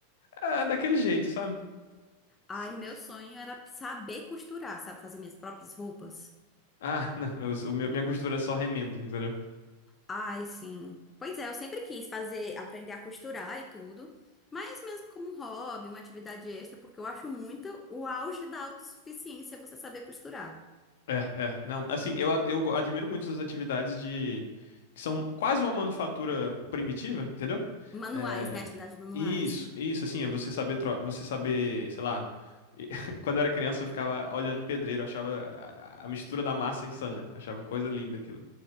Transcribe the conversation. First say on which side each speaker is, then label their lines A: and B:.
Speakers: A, on the left (about 55°); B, on the left (about 15°).
A: Ah, daquele jeito, sabe?
B: Ai,
A: Se-
B: meu sonho era saber costurar, sabe? Fazer minhas próprias roupas.
A: Ah, <laughs> não, eu, sou- minha minha costura é só remendo, entendeu?
B: Ai, sim. Pois é, eu sempre quis fazer, aprender a costurar e tudo. Mas mesmo como um hobby, uma atividade extra, porque eu acho muito o auge da autossuficiência você saber costurar.
A: É, é, não, assim, eu, a- eu go- admiro muito essas atividades de, que são quase uma manufatura primitiva, entendeu?
B: Manuais,
A: É,
B: né? Atividades manuais.
A: isso, isso, assim, é você saber, tro- você saber, sei lá, e- <laughs> quando eu era criança eu ficava olhando pedreiro, achava a, a mistura da massa insana, achava coisa linda aquilo,